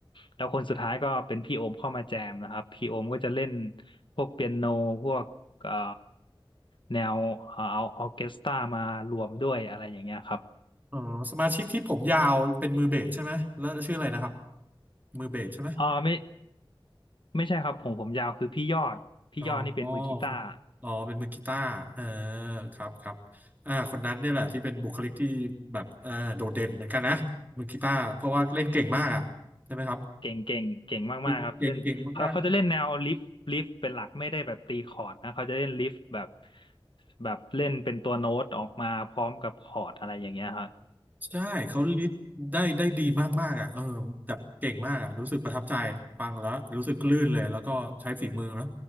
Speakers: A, on the left; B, on the right.
A: แล้วคนสุดท้ายก็เป็นพี่โอมเข้ามาแจมนะครับพี่โอมก็จะเล่นพวกเปียโนพวกเอ่อแนวเอ่อเอาออร์เคสตรามารวมด้วยอะไรอย่างเงี้ยครับ
B: อ๋อสมาชิกที่ผมยาวเป็นมือเบสใช่ไหมแล้วชื่ออะไรนะครับมือเบสใช่ไหม
A: อ๋อไม่ไม่ใช่ครับผมผมยาวคือพี่ยอดพี่ยอดนี่เป็นมือกีตาร์
B: อ๋อครับอ๋อเป็นมือกีตาร์เออครับครับอ่าคนนั้นเนี่ยแหละที่เป็นบุคลิกที่แบบอ่าโดดเด่นเหมือนกันนะ มือกีตาร์เพราะว่าเล่นเก่งมากอ่ะใช่ไหมครับ
A: เก่งเก่งเก่งมากๆครับเล่นเขาเขาจะเล่นแนวลิฟลิฟเป็นหลักไม่ได้แบบตีคอร์ดนะเขาจะเล่นลิฟแบบ
B: เก่งเก่งเก่งมาก
A: แบบเล่นเป็นตัวโน้ตออกมาพร้อมกับคอร์ดอะไรอย่างเงี้ยครับ
B: ๆใช่เขาลิดได้ได้ดีมากๆอ่ะเออแบบเก่งมากอ่ะรู้สึกประทับใจฟังแล้วรู้สึกลื่นเลย แล้วก็ใช้ฝีมือนะ